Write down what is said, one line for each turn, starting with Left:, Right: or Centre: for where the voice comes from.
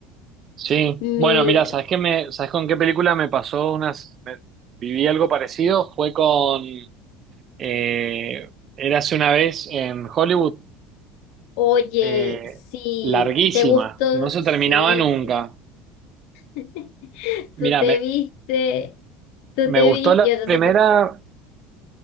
Right: sí.
Left: Mira,
Right: Bueno, mira, ¿sabes qué me, sabes con qué película me pasó unas, me- viví algo parecido? Fue con, eh, Érase una vez en Hollywood,
Left: oye,
Right: eh,
Left: sí,
Right: larguísima,
Left: ¿te gustó?
Right: no se
Left: Sí,
Right: terminaba nunca.
Left: sí. <laughs> Tú
Right: Mira,
Left: te
Right: me,
Left: viste, tú
Right: me
Left: te
Right: gustó
Left: viste,
Right: la
Left: yo entonces,
Right: primera,
Left: pues,